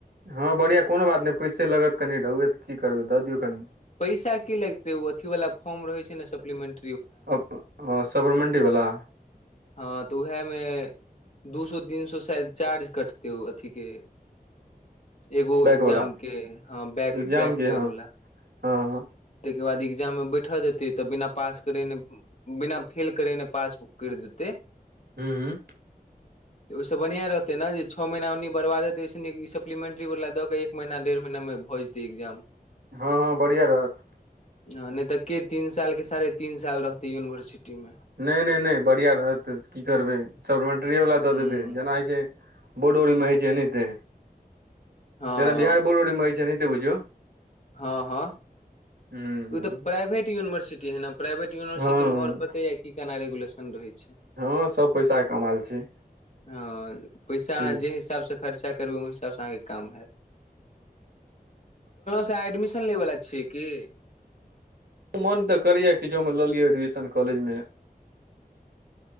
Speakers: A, on the right; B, on the left.
A: हँ बढ़िआँ कोनो बात नै पैसे लगत कनि ढौबै तऽ की करबै दऽ दियौ। कनि
B: पैसा की लगतै ओ अथी वला फर्म रहै छै। ने सप्लीमेंटी
A: हॅं सफरमेंटी बला
B: हँ तऽ उहे मे दू सौ तीन सौ शायद चार्ज कट तो अथी के एगो
A: बैक
B: एग्जाम
A: वाला
B: के ह बैक
A: एग्जाम
B: बैक
A: के हँ
B: इयर वला।
A: हँ
B: तै के बाद एकग्जाम मे बैठल जेतै। तऽ बिना पास करेने बिना फेल करेने पासुक कैर देते
A: हुॅं
B: त ओहिसँ बढ़िआ रहतै ने जे छओ महीना ओनी बर्बाद ओयस नीक ई सप्लीमेंटरी वला दऽ कऽ एक एक महिना डेढ़ महिनामे भ जेतै एक्जाम
A: हँ हँ बढ़िया रहत
B: ह नै तऽ के तीन साल के साढ़े तीन साल रहतै यूनिवर्सिटी मे।
A: नै नै नहि बढ़िया रहत की करबै सप्लीमेंटरीए वला दऽ
B: हूँ
A: देबै जेना होइ छै। बोड ओड मे होइ छै। एनाते
B: हँ
A: जेना बिहार बोर्डोरीमे होइ छै। एनाते बुझियौ
B: हँ हँ
A: हूँ
B: ई तऽ प्राइवेट यूनिवर्सिटी है न। प्राइवेट यूनिवर्सिट
A: हँ
B: मे अओर पते यऽ की केना रेगुलन रहै छै
A: हँ सब पैसा कमाल छै
B: हॅं पैसा
A: की
B: अहा जे हिसाब स खर्चा करबै ओय हिसाब स अहा के काज हेएत <unintelligible> एडमिशन लै वल्ला छियै की।
A: मोन तऽ करे या किछो मे लऽ लिये एडमिशन कॉलेज मे।